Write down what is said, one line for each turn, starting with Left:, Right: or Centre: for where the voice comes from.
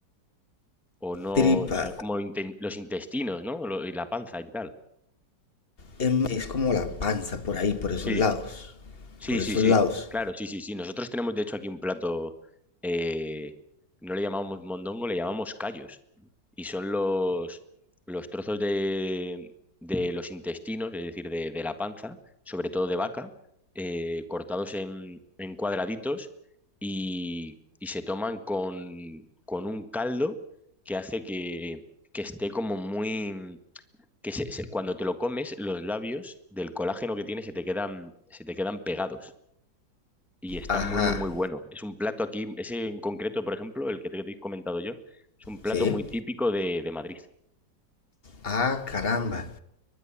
Centre: O no,
Left: Tripa,
Centre: o sea, como inten- los intestinos, ¿no? Lo- y la panza y tal.
Left: em, es como la panza por ahí, por
Centre: Sí,
Left: esos lados.
Centre: sí,
Left: Por esos
Centre: sí, sí.
Left: lados.
Centre: Claro, sí, sí, sí. Nosotros tenemos de hecho aquí un plato... eh, no le llamamos mondongo, le llamamos callos. y son los, los trozos de, de los intestinos, es decir, de, de la panza, sobre todo de vaca, eh, cortados en, en cuadraditos y, y se toman con, con un caldo que hace que, que esté como muy... que se- se- cuando te lo comes, los labios del colágeno que tiene se te quedan, se te quedan pegados. Y está
Left: Ajá,
Centre: muy, muy, muy bueno. Es un plato aquí, ese en concreto, por ejemplo, el que te he comentado yo, es un plato
Left: ¿sí?
Centre: muy típico de de Madrid.
Left: Ah, caramba.